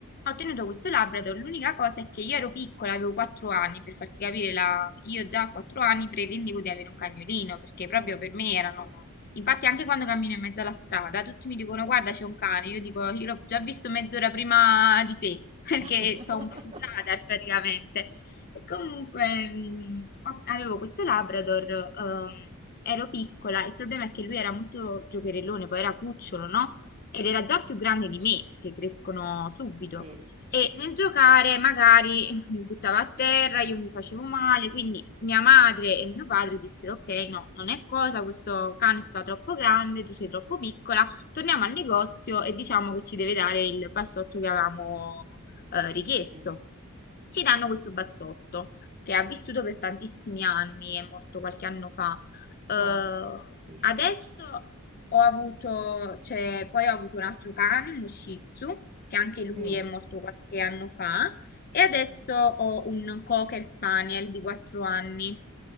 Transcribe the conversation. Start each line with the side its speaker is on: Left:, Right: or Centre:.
Left: ho tenuto questo Labrador, l'unica cosa è che io ero piccola, avevo 4 anni, per farti capire,
Right: mm,
Left: la... io già a 4 anni pretendevo di avere un cagnolino, perché proprio
Right: mm.
Left: per me erano Infatti, anche quando cammino in mezzo alla strada, tutti mi dicono: Guarda, c'è un cane. Io dico: Io l'ho già visto mezz'ora prima di te, <laughs> perché
Right: <laughs>
Left: c'ho un un radar praticamente. E comunque, mh, ho- avevo questo Labrador, ehm, ero piccola. Il problema è che lui era molto giocherellone, poi era cucciolo, no? Ed era già più grande di me, perché crescono subito.
Right: Sì.
Left: E nel giocare magari mi buttava a terra, io mi facevo male, quindi mia madre e mio padre dissero: Ok, no, non è cosa, questo cane si fa troppo grande, tu sei troppo piccola, torniamo al negozio e diciamo che ci deve dare il bassotto che avevamo eh, richiesto.
Right: mm.
Left: Ci danno questo bassotto che ha vissuto per tantissimi anni, è morto qualche anno fa. Eh,
Right: Oh, mi dispiace.
Left: adesso ho avuto, cioè, poi ho avuto un altro cane, uno Shih Tzu, che anche lui
Right: Mm.
Left: è morto qualche anno fa, e adesso ho un cocker spaniel di 4 anni.